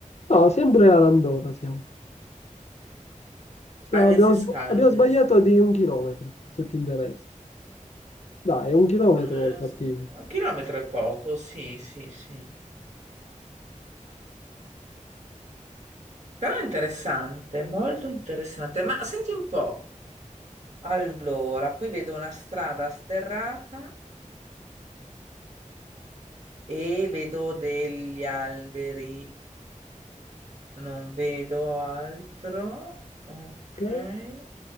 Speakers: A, on the left (about 55°); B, on the right (about 55°).
A: No, sempre all'Andorra siamo. Siamo-
B: A
A: abbiamo,
B: Les Escaldes.
A: sb- abbiamo sbagliato di un chilometro, se ti interessa. Dai, un chilometro
B: Eh,
A: è fattibile.
B: un chilometro è poco, sì, sì, sì. Però è interessante, molto interessante. Ma senti un po'. Allora, qui vedo una strada sterrata E vedo degli alberi, non vedo altro. Ok.
A: Ok?